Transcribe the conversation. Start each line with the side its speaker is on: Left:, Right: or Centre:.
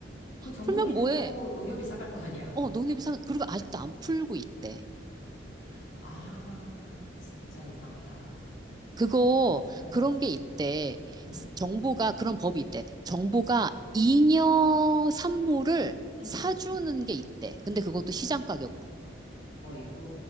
Left: 그 정보비는
Right: 풀면 뭐해?
Left: 또 농협이 사갈 거 아니야.
Right: 어, 농협이상, 그리고 아직도 안 풀고 있대.
Left: 음. 아, 진짜 이상하다.
Right: 그거,
Left: 어,
Right: 그런 게 있대.
Left: 응,
Right: 정보가, 그런 법이 있대. 정보가 잉여 산물을
Left: 응.
Right: 사주는 게 있대. 근데 그것도 시장 가격으로.
Left: 어이구,